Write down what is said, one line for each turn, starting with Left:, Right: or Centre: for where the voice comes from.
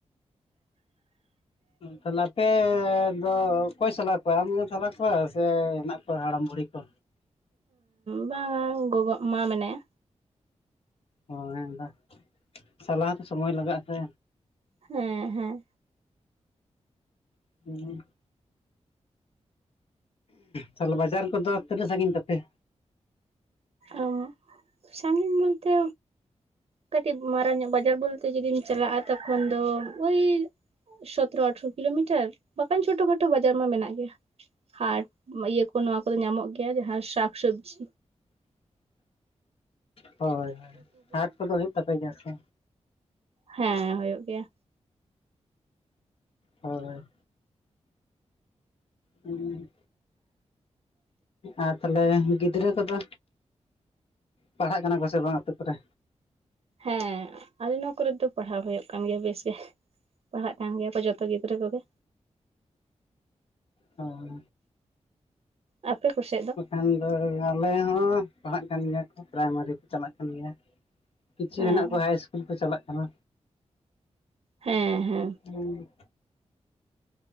Left: ᱛᱟᱦᱚᱞᱮ ᱟᱯᱮᱻᱻ ᱟᱫᱚ ᱚᱠᱚᱭ ᱥᱟᱞᱟ ᱠᱚᱣᱟᱭ ᱟᱢᱜᱮᱢ ᱥᱟᱞᱟ ᱠᱚᱣᱟ ᱥᱮ ᱦᱮᱱᱟᱜ ᱠᱚᱣᱟ ᱦᱟᱲᱟᱢ ᱵᱩᱲᱦᱤ ᱠᱚ
Right: ᱵᱟᱝ-ᱟ ᱜᱚᱜᱚ ᱢᱟ ᱢᱮᱱᱟᱭᱟ
Left: ᱳᱻ ᱦᱮ ᱟᱫᱚ ᱥᱟᱞᱟ ᱦᱚᱸᱛᱚ ᱥᱚᱢᱚᱭ ᱞᱟᱜᱟᱜᱼᱟ ᱥᱮ
Right: ᱦᱮᱸᱻᱦᱮᱸᱻ
Left: <unintelligible> ᱛᱟᱦᱚᱞᱮ ᱵᱟᱡᱟᱨ ᱠᱚᱫᱚ ᱛᱤᱱᱟᱹᱜ ᱥᱟᱺᱜᱤᱧ ᱛᱟᱯᱮᱭᱟ
Right: ᱚᱸ ᱥᱟᱺᱜᱤᱧ ᱵᱚᱞᱛᱮ ᱠᱟᱹᱴᱤᱡ ᱢᱟᱨᱟᱝ ᱧᱚᱜ ᱵᱟᱡᱟᱨ ᱵᱚᱞᱛᱮ ᱡᱩᱫᱤᱢ ᱪᱟᱞᱟᱜᱼᱟ ᱛᱚᱠᱷᱚᱱ ᱫᱚ ᱳᱭ ᱥᱚᱛᱨᱚ ᱟᱴᱷᱟᱨᱚ ᱠᱤᱞᱳᱢᱤᱴᱟᱨ ᱵᱟᱠᱟᱱ ᱪᱷᱳᱴᱳ ᱠᱷᱟᱴᱳ ᱵᱟᱡᱟᱨ ᱢᱟ ᱢᱮᱱᱟᱜ ᱜᱮᱭᱟ ᱦᱟᱴ ᱤᱭᱟᱹ ᱠᱚ ᱱᱚᱣᱟ ᱠᱚᱫᱚ ᱧᱟᱢᱚᱜ ᱜᱮᱭᱟ ᱡᱟᱦᱟᱸ ᱥᱟᱠᱥᱚᱵᱽᱡᱤ
Left: ᱦᱳᱭ ᱦᱳᱭ ᱦᱟᱴ ᱠᱚᱫᱚ ᱦᱩᱭᱩᱜ ᱛᱟᱯᱮ ᱜᱮᱭᱟ ᱥᱮ
Right: ᱦᱮᱸᱻ ᱦᱩᱭᱩᱜ ᱜᱮᱭᱟ᱾
Left: ᱦᱳᱭ-ᱦᱳᱭ ᱦᱩᱸ ᱟᱨ ᱛᱟᱦᱚᱞᱮ ᱜᱤᱫᱽᱨᱟᱹ ᱠᱚᱫᱚ ᱯᱟᱲᱦᱟᱜ ᱠᱟᱱᱟ ᱠᱚ ᱥᱮ ᱵᱟᱝ ᱟᱹᱛᱩ ᱠᱚᱨᱮ?
Right: ᱦᱮᱸᱻ ᱟᱞᱮ ᱱᱚᱣᱟ ᱠᱚᱨᱮ ᱫᱚ ᱯᱟᱲᱦᱟᱣ ᱦᱩᱭᱩᱜ ᱠᱟᱱ ᱜᱮᱭᱟ ᱵᱮᱥ ᱜᱮ ᱯᱟᱲᱦᱟᱜ ᱠᱟᱱ ᱜᱮᱭᱟ ᱠᱚ ᱡᱚ ᱛᱚ ᱜᱤᱫᱽᱨᱟᱹ ᱠᱚᱜᱮ
Left: ᱦᱳᱭ
Right: ᱟᱯᱮ ᱠᱚᱥᱮᱫ ᱫᱚ?
Left: ᱟᱢ ᱫᱚ ᱟᱞᱮ ᱦᱚᱸ ᱯᱟᱲᱦᱟᱜ ᱠᱟᱱ ᱜᱮᱭᱟ ᱠᱚ ᱯᱨᱟᱭᱢᱟᱨᱤ ᱠᱚ ᱪᱟᱞᱟᱜ ᱠᱟᱱ ᱜᱮᱭᱟ᱾ ᱠᱤᱪᱷᱩ
Right: ᱦᱮᱸ
Left: ᱦᱮᱱᱟᱜ ᱠᱚᱣᱟ ᱦᱟᱭ ᱤᱥᱠᱩᱞ ᱠᱚ ᱪᱟᱞᱟᱜ ᱠᱟᱱᱟ᱾
Right: ᱦᱮᱸᱻᱦᱮᱸ
Left: ᱦᱮᱸ